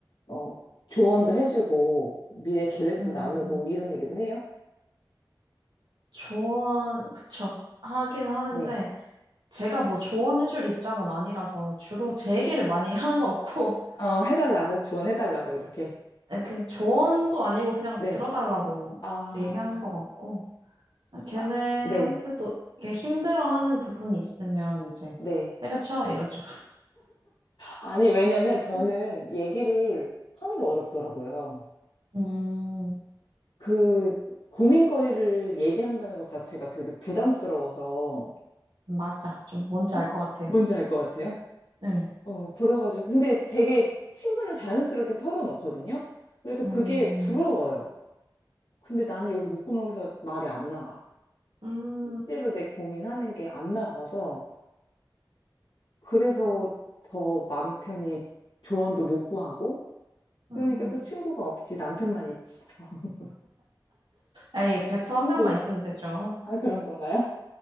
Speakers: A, on the left; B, on the right.
A: 어, 조언도 해주고 미래 계획도
B: 음,
A: 나누고 이런 얘기도 해요?
B: 조언, 그쵸. 하긴 하는데,
A: 네.
B: 제가 뭐 조언해줄 입장은 아니라서 주로 제 얘기를 많이 <laughs> 하는 것 같고,
A: 어, 해달라고, 조언해달라고, 이렇게.
B: 예, 그냥 조언도 아니고 그냥
A: 네.
B: 들어달라고
A: 아,
B: 얘기하는 것 같고, 아, 걔네한테도
A: 아, 네,
B: 이렇게 힘들어하는 부분이 있으면 이제
A: 네.
B: 때려쳐 이러죠.
A: 아니, 왜냐면 저는
B: <laughs>
A: 얘기를 하는 게 어렵더라고요.
B: 음,
A: 그 고민거리를 얘기한다는 것 자체가 되게 부담스러워서,
B: 맞아. 좀 뭔지
A: 어?
B: 알 것 같아요.
A: 뭔지 알 것 같아요?
B: 네.
A: 어, 그래가지고. 근데 되게 친구는 자연스럽게 털어놓거든요? 그래서 그게
B: 음,
A: 부러워요. 근데 나는 여기 목구멍에서 말이 안 나가.
B: 음,
A: 실제로 내 고민하는 게 안 나가서. 그래서
B: 자,
A: 더 마음 편히 조언도 못 구하고. 그러니까
B: 음.
A: 또 친구가 없지, 남편만 있지. 또. <laughs>
B: 에이, 베프 한 명만
A: 네.
B: 있으면 되죠.
A: 아, 그런 건가요?